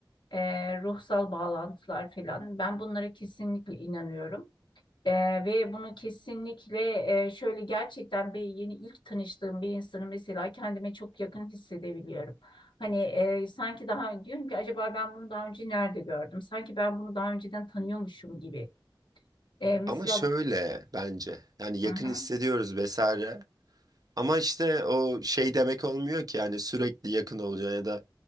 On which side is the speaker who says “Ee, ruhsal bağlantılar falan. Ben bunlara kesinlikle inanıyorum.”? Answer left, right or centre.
Left